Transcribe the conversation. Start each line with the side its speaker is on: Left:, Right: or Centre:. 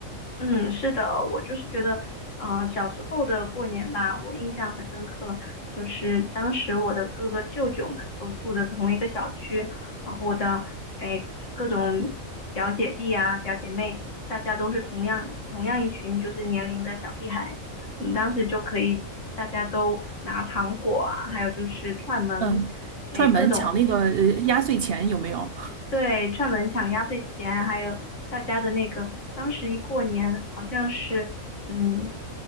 Left: 嗯，是的，我就是觉得，嗯、小时候的过年吧，我印象很深刻，就是当时我的各个舅舅们都住的同一个小区，然后我的哎各种表姐弟啊、表姐妹，大家都是同样同样一群就是年龄的小屁孩，我们当时就可以大家都拿糖果啊，还有就是串门，
Right: 嗯，
Left: 哎各种。
Right: 串门抢那个呃压岁钱有没有？
Left: 对，串门抢压岁钱，还有大家的那个，当时一过年好像是，嗯，